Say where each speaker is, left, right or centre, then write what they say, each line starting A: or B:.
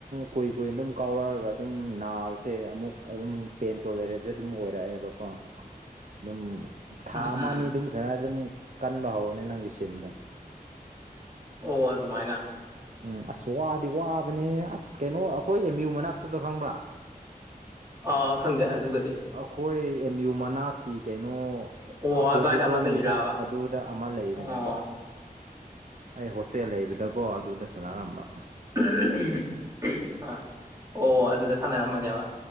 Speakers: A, on the right; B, on the right.
A: ꯀꯨꯏ ꯀꯨꯏꯅ ꯑꯗꯨꯝ ꯀꯥꯎꯔꯛꯑꯒ ꯑꯗꯨꯝ ꯅꯥꯕꯁꯦ ꯑꯃꯨꯛ ꯑꯗꯨꯝ ꯄꯦꯟꯇꯣ ꯂꯩꯔꯦꯁꯨꯦ ꯑꯗꯨꯝ ꯑꯣꯏꯔꯛꯑꯦꯕꯀꯣ ꯑꯗꯨꯝ ꯊꯥ
B: ꯎꯝ
A: ꯑꯃꯅꯤ
B: ꯎꯝ
A: ꯑꯗꯨꯝ ꯁꯅꯗ ꯑꯃꯨꯛ ꯀꯟꯕ ꯍꯧꯔꯅꯤ ꯅꯪꯒꯤ ꯁꯤꯟꯗꯣ
B: ꯑꯣ ꯑꯗꯨꯃꯥꯏꯅ
A: ꯎꯝ ꯑꯁ ꯋꯥꯗꯤ ꯋꯥꯕꯅꯦ ꯑꯁ ꯁ ꯀꯩꯅꯣ ꯑꯩꯈꯣꯏ ꯑꯦꯝ ꯌꯨ ꯃꯅꯥꯛꯇꯨꯗ ꯈꯪꯕ꯭ꯔꯥ
B: ꯑꯥ ꯈꯪꯗꯦ ꯑꯗꯨꯒꯗꯤ
A: ꯈꯣꯏ ꯑꯦꯝ ꯌꯨ ꯃꯅꯥꯛꯀꯤ ꯀꯩꯅꯣ
B: ꯑꯣ
A: ꯑꯄꯣꯖꯤꯠ
B: ꯑꯗꯨꯋꯥꯏꯗ ꯑꯃ
A: ꯔꯣꯝꯒꯤꯗ
B: ꯂꯩꯔꯕ
A: ꯑꯗꯨꯗ ꯑꯃ ꯂꯩꯕꯅꯦꯕ
B: ꯑꯣ
A: ꯑꯩ ꯍꯣꯁꯇꯦꯜ ꯂꯩꯕꯗꯀꯣ ꯑꯗꯨꯗ ꯁꯥꯟꯅꯔꯝꯕ
B: ꯎꯝ ꯎꯝ ꯎꯝꯍꯨꯝ ꯑꯥ ꯑꯣ ꯑꯗꯨꯗ ꯁꯥꯟꯅꯔꯝꯕꯅꯦꯕ